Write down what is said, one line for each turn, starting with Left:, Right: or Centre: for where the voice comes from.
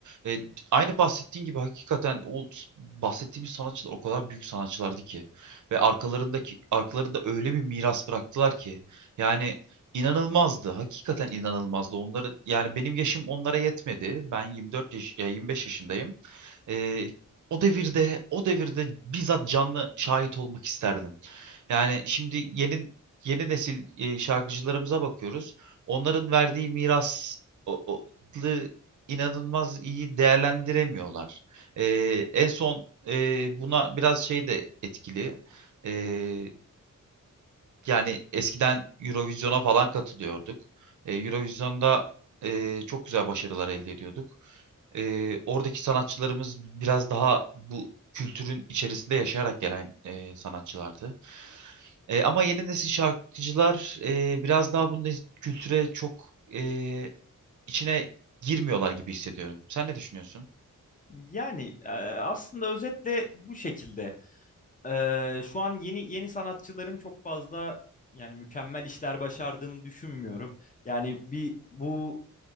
Right: E, aynı bahsettiğin gibi hakikaten o bahsettiğimiz sanatçılar o kadar büyük sanatçılardı ki ve arkalarındaki arkalarında öyle bir miras bıraktılar ki yani inanılmazdı. Hakikaten inanılmazdı. Onları yani benim yaşım onlara yetmedi. Ben 24 yaş ya 25 yaşındayım. Ee, o devirde, o devirde bizzat canlı şahit olmak isterdim. Yani şimdi yeni yeni nesil e, şarkıcılarımıza bakıyoruz. Onların verdiği miras o, o- lı inanılmaz iyi değerlendiremiyorlar. Ee, en son e, buna biraz şey de etkili. E, yani eskiden Eurovision'a falan katılıyorduk. E, Eurovision'da e, çok güzel başarılar elde ediyorduk. E, oradaki sanatçılarımız biraz daha bu kültürün içerisinde yaşayarak gelen e, sanatçılardı. E, ama yeni nesil şarkıcılar e, biraz daha bu nes- kültüre çok e, içine girmiyorlar gibi hissediyorum. Sen ne düşünüyorsun?
Left: Yani e, aslında özetle bu şekilde. E, şu an yeni yeni sanatçıların çok fazla yani mükemmel işler başardığını düşünmüyorum. Yani bir bu